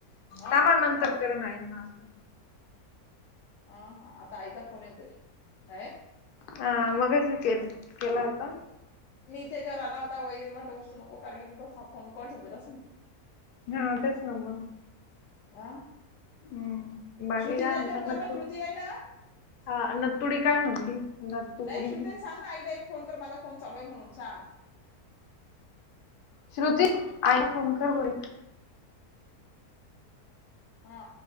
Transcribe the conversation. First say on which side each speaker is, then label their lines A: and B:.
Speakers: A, on the left; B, on the left.
A: हा
B: थांबा नंतर खरं नाही ना आता
A: अ ह आता आईचा फोन येतोय काय
B: हा मघाशी केल केला होता
A: तो जेवायला आला होता वईन म्हणलं ऊगच नको कारण मग तो फोन करून दिला
B: हां तेच ना मग
A: हा
B: हम्म बाकी
A: श्रुतीच्या
B: काय म्हणता
A: हेच्यावरून कर
B: नत्तू
A: ना श्रुती हाय ना
B: हा नतुडी काय म्हणती नत्तुडी
A: नाही श्रुते सांग ना आईला एक फोन कर मला फोन चालू आहे म्हणून सांग
B: श्रुती आई फोन कर बरं
A: हा